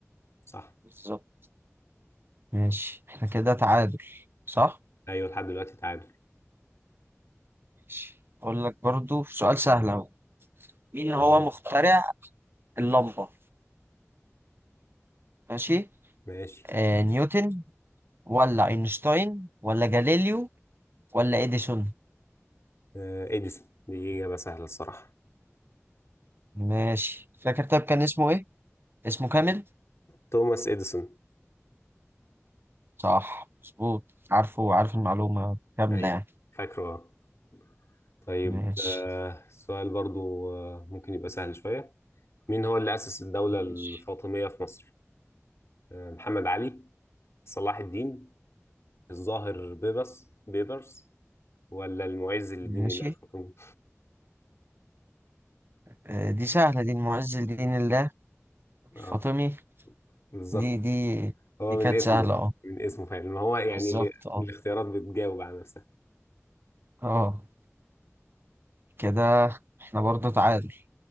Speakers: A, on the left; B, on the right.
A: صح
B: بالظبط ماشي احنا كده تعادل صح
A: ايوه لحد دلوقتي تعادل
B: ماشي اقول لك برضو سؤال سهل اهو مين هو
A: تمام
B: مخترع اللمبة ماشي
A: ماشي
B: آه نيوتن ولا اينشتاين ولا جاليليو ولا اديسون
A: آه، إديسون دي إجابة سهلة الصراحة
B: ماشي فاكر طيب كان اسمه ايه اسمه كامل
A: توماس إديسون
B: صح مظبوط عارفه عارف المعلومة كاملة
A: أيوه
B: يعني
A: فاكره آه. طيب
B: ماشي
A: آه، سؤال برضو آه، ممكن يبقى سهل شوية مين هو اللي أسس الدولة
B: ماشي
A: الفاطمية في مصر؟ آه، محمد علي صلاح الدين الظاهر بيبس بيبرس ولا المعز لدين
B: ماشي
A: الله الحكيم؟
B: آه دي سهلة دي المعز لدين الله
A: اه
B: الفاطمي
A: بالظبط
B: دي دي
A: هو
B: دي كانت
A: من اسمه
B: سهلة اه
A: من اسمه فعلا ما هو يعني
B: بالظبط
A: ال-
B: اه
A: الاختيارات بتجاوب على نفسها
B: اه كده احنا برضه تعادل